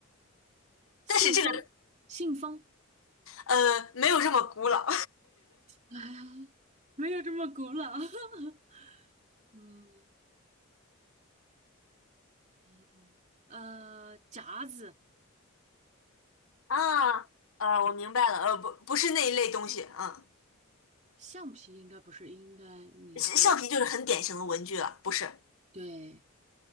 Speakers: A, on the right; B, on the left.
A: 信封，
B: 但是这个
A: 信封，
B: 呃没有这么古老
A: 哎，没有这么古老。<laughs> 嗯，一桶，呃，夹子，
B: <laughs> 啊。呃，我明白了，呃，不不是那一类东西。啊。
A: 橡皮应该不是，应该你说了，
B: 橡皮就是很典型的文具了，不是？
A: 对，